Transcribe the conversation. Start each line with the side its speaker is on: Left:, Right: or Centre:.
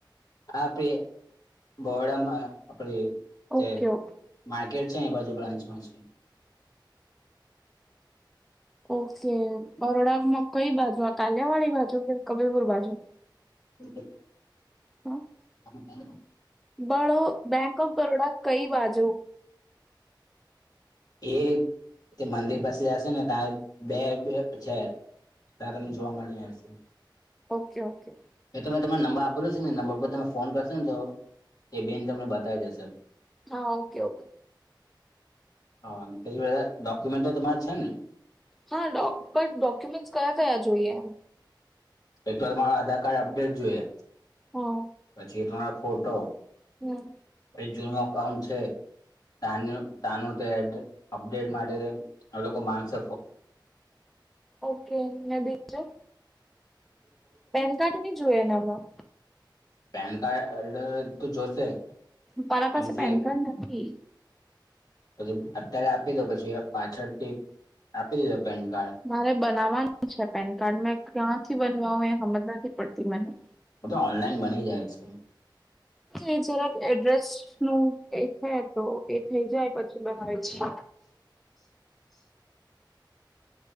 Left: આપ પે બોડામાં આપડી જે
Centre: ઓકે, ઓકે.
Left: માર્કેટ એ બાજુ બ્રાન્ચમાં છે
Centre: ઓકે બરોડામાં કઈ બાજુ આ કાલિયાવાડી બાજુ કે કબીલપુર બાજુ
Left: <inaudible>
Centre: હા
Left: હ
Centre: બળો બેંક ઓફ બરોડા કઈ બાજુ
Left: એ તે મંદિર પાસે જશે ને તા બે બે છે ત તમને જોવા મળી હશે
Centre: ઓકે, ઓકે.
Left: એ તમે તમારોને નંબર આપેલો છે ને નંબર પર તમે ફોન કરશેને તો એ બેન તમને બતાવી દેશે
Centre: હા ઓકે ઓકે
Left: હા બધા ડોક્યુમેન્ટ તમારે છે ને
Centre: હા બ ડોક્યુમેન્ટ કયા કયા જોઈએ એમ
Left: એક તો તમારો આધાર કાર્ડ અપડેટ જોઈએ
Centre: હા
Left: પછી ત ફોટો
Centre: હમ
Left: પછી જૂનમાં કામ છે. તાન તાનું અપડેટ માટે આ લોકો માનશે
Centre: ઓકે ને બીજું પેન કાર્ડ નહી જોએ ને આમાં
Left: પેન કાર્ડ તો જોશે
Centre: મારા
Left: કેમ
Centre: પાસે
Left: કે
Centre: પેન કાર્ડ નથી
Left: પછી અત્યારે આપી દો પછી આપ પાછળથી આપી પેનકાર્ડ
Centre: મારે બનાવવાનું છે પેન કાર્ડ મેં ક્યાંથી બનવાવું એ હમજ નથી પડતી મને
Left: <inaudible> તો ઓનલાઈન બની જાય છે.
Centre: એ જરાક એડ્રેસનું એ છે તો એ થઈ જાય પછી બનાવે છે.